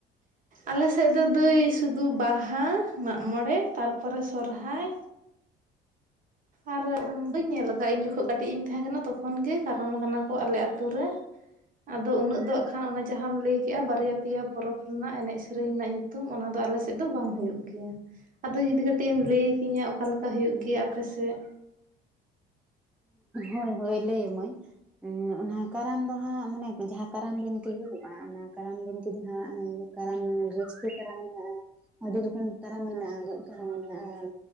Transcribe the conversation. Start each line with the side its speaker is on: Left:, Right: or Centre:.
Right: ᱟᱞᱮᱥᱮᱫ ᱫᱚ ᱫᱟᱹᱭ ᱥᱩᱫᱷᱩ ᱵᱟᱦᱟ, ᱢᱟᱜᱢᱚᱬᱮ, ᱛᱟᱨᱯᱚᱨᱮ ᱥᱚᱨᱦᱟᱭ ᱟᱨ ᱵᱟᱹᱧ ᱧᱮᱞ ᱟᱠᱟᱫ ᱤᱧ ᱡᱚᱠᱷᱚᱡ ᱠᱟᱹᱴᱤᱡ ᱤᱧ ᱛᱟᱦᱮᱸ ᱠᱟᱱᱟ ᱛᱚᱠᱷᱚᱱ ᱜᱮ ᱠᱟᱨᱟᱢ ᱟᱠᱟᱱᱟ ᱠᱚ ᱟᱞᱮ ᱟᱛᱳ ᱨᱮ᱾ ᱟᱫᱚ ᱩᱱᱟᱹᱜ ᱫᱚ ᱦᱟᱸᱜ ᱠᱷᱟᱱ ᱚᱱᱟ ᱡᱟᱦᱟᱸᱟᱢ ᱞᱟᱹᱭ ᱠᱮᱜ-ᱟ ᱵᱟᱨᱭᱟ ᱯᱮᱭᱟ ᱯᱚᱨᱚᱵᱽ ᱨᱮᱱᱟᱜ ᱮᱱᱮᱡ ᱥᱮᱨᱮᱧ ᱨᱮᱱᱟᱜ ᱧᱩ ᱧᱩᱛᱩᱢ ᱚᱱᱟ ᱫᱚ ᱟᱞᱮ ᱥᱮᱫ ᱫᱚ ᱵᱟᱝ ᱦᱩᱭᱩᱜ ᱜᱮᱭᱟ, ᱟᱫᱚ ᱡᱩᱫᱤ ᱠᱟᱹᱴᱤᱡ ᱮᱢ ᱞᱟᱹᱭ ᱠᱤᱧᱟᱹ ᱚᱠᱟ ᱞᱮᱠᱟ ᱦᱩᱭᱩᱜ ᱜᱮᱭᱟ ᱟᱯ ᱟᱯᱮ ᱥᱮᱫ?
Centre: ᱦᱳᱭ ᱦᱳᱭ ᱞᱟᱹᱭ ᱟᱢᱟᱹᱧ᱾ ᱚᱱᱟ ᱠᱟᱨᱟᱢ ᱫᱚ ᱦᱟᱸᱜ ᱢᱟᱱᱮ ᱡᱟᱦᱟᱸ ᱠᱟᱨᱟᱢ ᱵᱤᱱᱛᱤ ᱦᱩᱭᱩᱜᱼᱟ ᱚᱱᱟ ᱠᱟᱨᱟᱢ ᱵᱤᱱᱛᱤ ᱫᱚ ᱦᱟᱸᱜ ᱠᱟᱨᱟᱢ, ᱨᱟᱹᱥᱠᱟᱹ ᱠᱟᱨᱟᱢ ᱢᱮᱱᱟᱜᱼᱟ, ᱟᱹᱰᱤ ᱨᱚᱠᱚᱢ ᱠᱟᱨᱟᱢ ᱢᱮᱱᱟᱜᱼᱟ, ᱜᱚᱡ ᱛᱟᱨᱟᱢ ᱢᱮᱱᱟᱜᱼᱟ᱾